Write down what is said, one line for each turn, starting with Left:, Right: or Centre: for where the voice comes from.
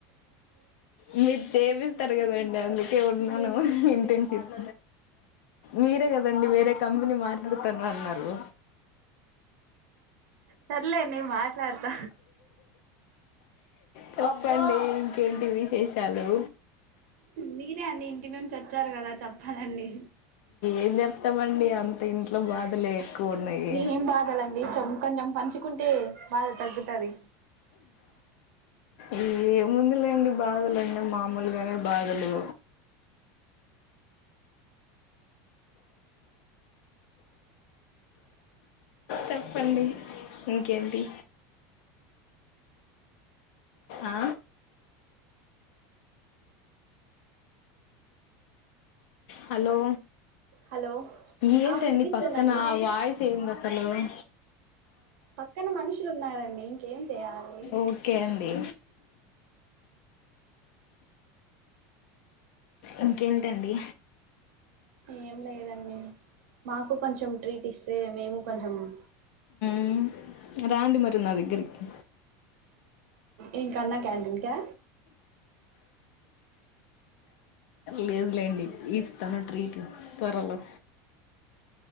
Left: మీరు చేపిస్తారు కదండి అందుకే ఉన్నాను ఇంటర్న్షిప్ మీరే కదండి వేరే కంపెనీ మాట్లాడుతాను అన్నారు
Right: సర్లే నేను మా ట్లాడత
Left: చెప్పండి ఇంకేంటి విశేషాలు
Right: మీరే అండి ఇంటి నుంచి వచ్చారు కదా చెప్పాలండి
Left: ఏం చెప్తామండి అంత ఇంట్లో బాధలే ఎక్కువ ఉన్నాయి
Right: న ఏం బాధాలండి చంకని చంకొని తకుంటే బాధ తగ్గుతుంది
Left: ఏ ముందు లేండి బాధలున్న మామూలుగానే బాదులు చెప్పండి ఇంకేంటి ఆ హలో
Right: హలో
Left: ఏంటండి
Right: ఆ వినిపిస్తుందండి
Left: పక్కన వయిస్ ఏంద సలువే
Right: పక్కన మనుషులు ఉన్నారండి ఇంకేం చేయాలి
Left: ఓకే అండి ఇంకేంటండి
Right: ఏం లేదండి మాకు కొంచెం ట్రీట్ ఇస్తే మేము ప్పంజము
Left: అ రాాంంటి మరి నా దగ్గరికి
Right: ఏం కన్నా క్యాంటీన్కా
Left: లేదులేండి ఈ ఇస్తాను ట్రీట్ త్వరలో